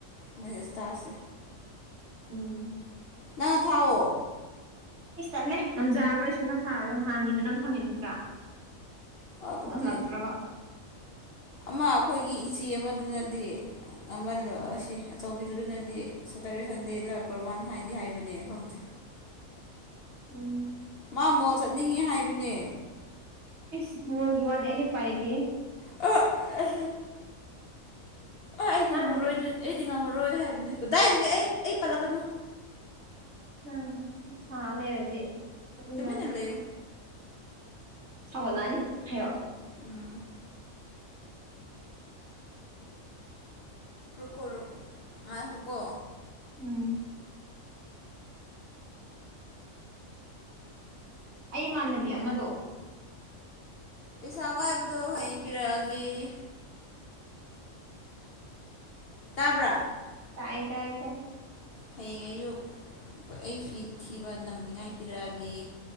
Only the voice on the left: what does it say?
ꯃꯌꯦꯛꯁꯇꯥꯥꯁꯦ
ꯅꯪ ꯊꯥꯎꯑꯣ
ꯑꯗꯨꯗꯤ
ꯑꯃ ꯑꯩꯈꯣꯏꯒꯤ ꯏꯆꯦ ꯑꯃꯗꯨꯅꯗꯤ ꯑꯃꯜ ꯑꯁꯤ ꯑꯆꯧꯕꯤꯗꯨꯅꯗꯤ ꯁꯇꯔꯗꯦ ꯁꯟꯗꯦꯗ ꯀꯔ ꯋꯥꯟ ꯍꯥꯏꯗꯤ ꯍꯥꯏꯕꯅꯦ ꯈꯪꯗꯦ
ꯃꯥ ꯃꯣꯜ ꯆꯠꯅꯤꯡꯉꯤ ꯍꯥꯏꯕꯅꯦ
ꯑ ꯑ ꯑ ꯑꯩꯗꯤ
ꯉꯝꯃꯔꯣꯏ ꯑꯗꯨꯗꯤ ꯑꯩꯗꯤ ꯉꯝꯃꯔꯣꯏ ꯍꯥꯏꯕꯅꯤ ꯀꯗꯥꯏꯗꯒꯤ ꯑꯩ ꯑꯩ ꯄꯜꯂꯛꯀꯅꯣ
ꯇꯨꯃꯤꯟꯅ ꯂꯩꯌꯨ
ꯎꯝ ꯔꯨꯀꯣꯔꯨ ꯉꯥꯏꯈꯣꯀꯣ
ꯄꯩꯁꯥ ꯋꯥꯏꯕꯗꯣ ꯍꯌꯦꯡ ꯄꯤꯔꯛꯑꯒꯦꯌꯦ ꯇꯥꯕ꯭ꯔꯥ
ꯍꯌꯦꯡ ꯑꯌꯨꯛ ꯑꯩ ꯐꯤ ꯊꯤꯕ ꯅꯪꯅꯤꯡꯉꯥꯏ ꯄꯤꯔꯛꯑꯒꯦ